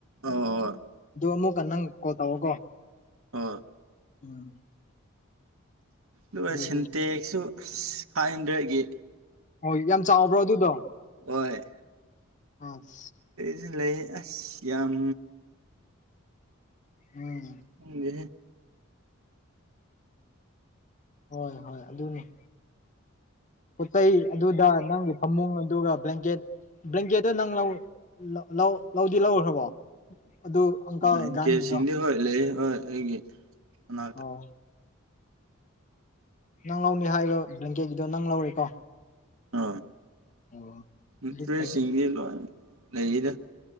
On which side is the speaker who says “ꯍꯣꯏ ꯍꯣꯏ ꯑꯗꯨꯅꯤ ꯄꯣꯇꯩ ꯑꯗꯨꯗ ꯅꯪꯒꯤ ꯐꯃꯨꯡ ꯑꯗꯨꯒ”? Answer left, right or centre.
Left